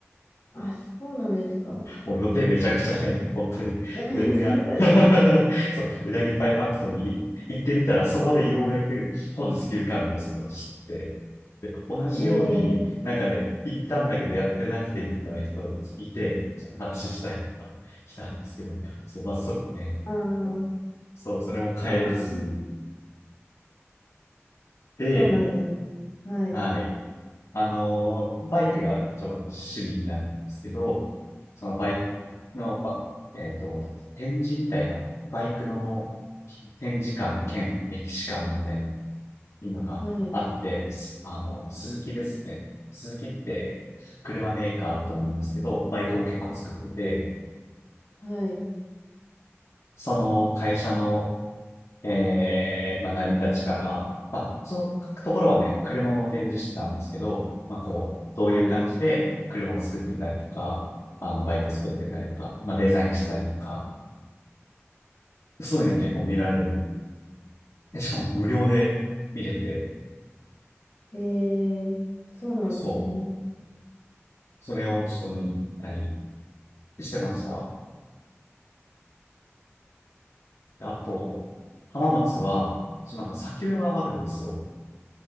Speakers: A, on the left; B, on the left.
A: あ、そうなんですか。
B: もう予定めちゃくちゃね、<laughs> 本当に、
A: <laughs>
B: 全然あ、<laughs> そう、うなぎパイファクトリーに行ってみたら、そこでようやく本日休館日ですってのを知って、で、同じように、
A: ええ
B: なんかね、行ったんだけどやってなくてみたいな人いて、ちょっと話したりとかしたんですけど、そう、まあ、そうね、
A: ああ、
B: そう、それも変えず
A: まあ、
B: で、
A: そうなんです。はい。
B: はい。あの、バイクが一応私趣味になるんですけど、そのバイクの、ばえっと、展示みたいな、バイクの展示館兼歴史館みたいなのがあって、
A: はい。
B: すあの、スズキですね。スズキって車メーカーだと思うんですけど、バイクも結構作ってて、
A: はい。はい。
B: その会社のえー、まあ、成り立ちから、まあ、そのところはね、車も展示してたんですけど、まあ、こう、どういう感じで車を作ってたりとか、
A: はい
B: あの、バイク作ってたりとか、まあ、デザインしたりとか、そういうの結構見られる。えしかも無料で見れて、
A: えーそうなんですね。
B: そう、それをちょっと見に行ったりしてました。であと、浜松は、そう、なんか砂丘があるんですよ。